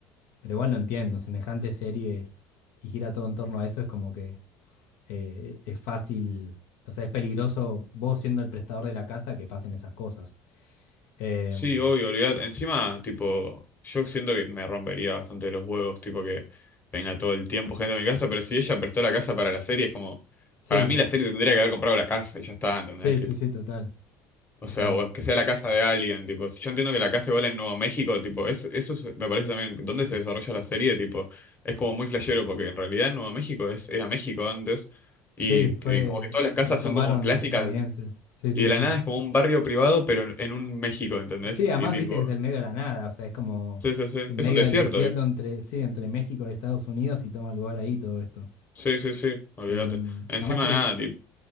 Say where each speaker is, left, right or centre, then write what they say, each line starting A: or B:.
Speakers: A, on the left; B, on the left.
A: pero igual lo entiendo, semejante serie y gira todo en torno a eso, es como que eh, es fácil, o sea, es peligroso vos siendo el prestador de la casa que pasen esas cosas. Em,
B: sí, obvio, olvidate. Encima, tipo, yo siento que me rompería bastante los huevos, tipo que venga todo el tiempo gente a mi casa, pero si ella prestó la casa para la serie, es como,
A: sí,
B: para mí la serie tendría que haber comprado la casa y ya está, ¿entendés?
A: sí, sí, sí, total, total.
B: O sea, o que sea la casa de alguien, tipo. Yo entiendo que la casa igual en Nuevo México, tipo, eso eso es- me parece también dónde se desarrolla la serie, tipo, es como muy flashero, porque en realidad en Nuevo México es, era México antes, y,
A: Sí, fue,
B: y como que todas las
A: lo
B: casas
A: tomaron
B: son como clásicas,
A: los estadounidenses. Sí,
B: y
A: sí,
B: de
A: sí.
B: la nada es como un barrio privado, pero en, en un México, ¿entendés?
A: Sí, además
B: Y tipo,
A: viste que es el medio de la nada, o sea, es como
B: sí, sí, sí.
A: el
B: Es
A: medio
B: un desierto
A: del desierto
B: ahí.
A: entre, sí, entre México y Estados Unidos y toma lugar ahí todo esto.
B: Sí, sí, sí, olvídate.
A: Em,
B: Encima
A: además, eh,
B: nada, tipo.